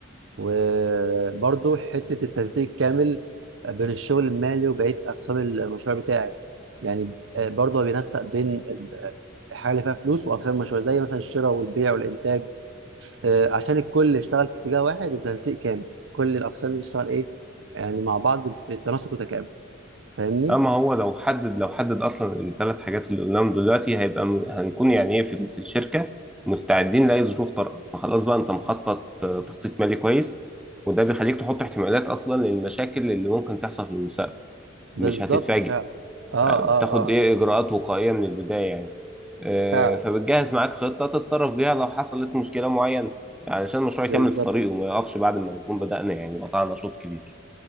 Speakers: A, on the right; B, in the centre.
A: وبرضو حته التنسيق الكامل بين الشغل المالي وبقيه اقسام المشروع بتاعي يعني آه، برضو هو بينسق بين ال- الحاجه اللي فيها فلوس واقسام المشروع زي مثلا الشراء والبيع والانتاج آه، عشان الكل يشتغل في اتجاه واحد وتنسيق كامل كل الاقسام دي تشتغل ايه يعني مع بعض بتناسق وتكامل فاهمني
B: اما هو لو حدد لو حدد اصلا الثلاث حاجات اللي قلناهم دلوقتي هيبقى م- هنكون يعني ايه في في الشركه مستعدين لاي ظروف طارئه ما خلاص بقى انت مخطط آه، تخطيط مالي كويس وده بيخليك تحط احتمالات اصلا للمشاكل اللي ممكن تحصل في المستقبل
A: بالظبط
B: مش هتتفاجئ
A: فعلا اه
B: آه،
A: اه
B: تاخد
A: اه
B: ايه اجراءات وقائيه من البدايه يعني آه،
A: فعلا
B: فبتجهز معاك خطه تتصرف بيها لو حصلت مشكله معينه علشان المشروع
A: بالظبط
B: يكمل في طريقه وما يقفش بعد ما نكون بدأنا يعني قطعنا شوط كبير